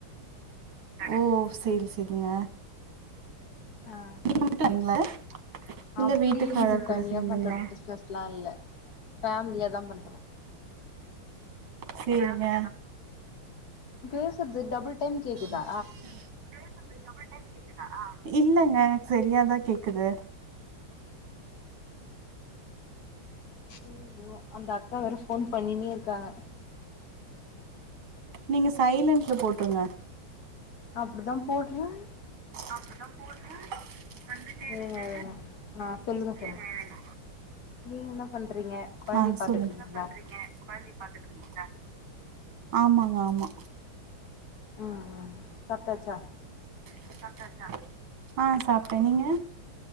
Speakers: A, on the right; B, on the left.
A: ஓ சேரி சேரிங்க
B: ஆ
A: <inaudible> வீட்லைங்களா இல்ல
B: அப்டி
A: வீட்டுக்காரர்
B: இது
A: கூட
B: தனியா
A: சேர்ந்துங்களா
B: பண்ற பிசினஸ்லா இல்ல ஃபேமிலியா தா பண்றோ
A: சேரிங்க
B: பேசுறது டபுள் டைம் கேக்குதா
A: <inaudible> டபுல் டைம் கேக்குதா இல்லங்க எனக்கு சரியாதா கேக்குது
B: ஐயையோ அந்த அக்கா வேற ஃபோன் பண்ணினே இருக்காங்க
A: நீங்க சைலன்ட்ல போட்டுருங்க
B: அப்டிதான் போடுறேன்
A: அப்டிதான் போடுறேன் வந்துட்டே இருக்கு
B: இருங்க இருங்க ஆ சொல்லுங்க
A: சேரிங்க
B: சொல்லுங்க நீங்க என்ன பண்றீங்க கொழந்தைய
A: ஆஹ்
B: பாத்துட்டு
A: சொல்லு
B: இருக்கீங்களா
A: என்ன பண்றீங்க கண்டிப்பா ஆமாங்க ஆமா
B: ம் சாப்டாச்சா
A: ஆஹ் சாப்டாச்சா ஆ சாப்பிட்டேன் நீங்க